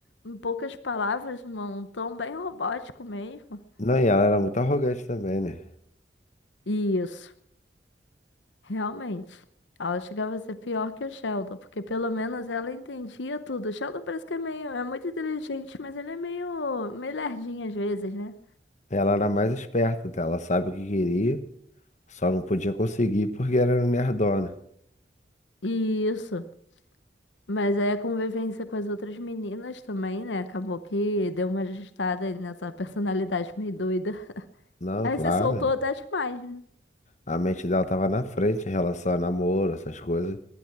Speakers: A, on the left (about 80°); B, on the left (about 40°).
A: em poucas palavras, num tom bem robótico mesmo.
B: Não, e ela era muito arrogante também, né?
A: Isso, realmente. Ela chegava a ser pior que o Sheldon, porque pelo menos ela entendia tudo. O Sheldon parece que é meio, é muito inteligente, mas ele é meio, meio lerdinho às vezes, né?
B: Ela era mais esperta, tá? ela sabe o que queria, só não podia conseguir porque era nerdona.
A: Isso. Mas aí a convivência com as outras meninas também, né? Acabou que deu uma ajustada nessa personalidade meio doida.
B: Não,
A: Aí
B: claro.
A: se soltou até demais, né?
B: A mente dela tava na frente em relação a namoro, essas coisas,